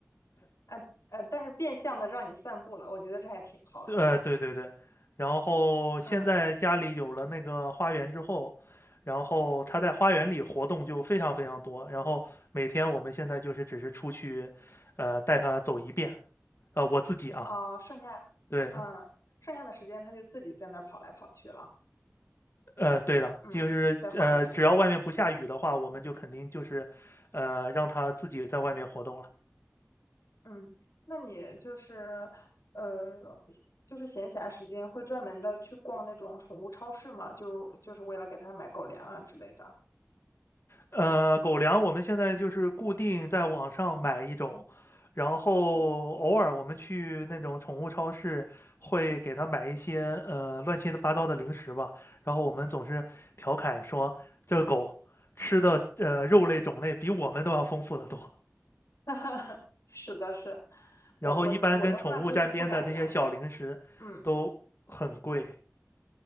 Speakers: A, on the left; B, on the left.
A: 呃呃，但是变相的让你散步了，我觉得这还挺好的，
B: 对，呃对对对，然后现在家里有了那个花园之后，
A: 嗯，
B: 然后他在花园里活动就非常非常多，然后每天我们现在就是只是出去，呃，带他走一遍，呃，我自己啊，
A: 哦，剩下，
B: 对，
A: 嗯，剩下的时间它就自己在那儿跑来跑去了，
B: 呃，对的，
A: 嗯，
B: 就是呃，
A: 在花园里。
B: 只要外面不下雨的话，我们就肯定就是，呃，让他自己在外面活动了。
A: 嗯，那你就是呃，就是闲暇时间会专门的去逛那种宠物超市吗？就就是为了给它买狗粮啊之类的。
B: 呃，狗粮我们现在就是固定在网上买一种，然后偶尔我们去那种宠物超市会给它买一些呃乱七八糟的零食吧。然后我们总是调侃说，这个狗吃的呃肉类种类比我们都要丰富的多。
A: <laughs> 是的，是，
B: 然后一般跟宠物沾边的这些小零食都很贵，
A: 我我我的话就是不敢养狗。嗯，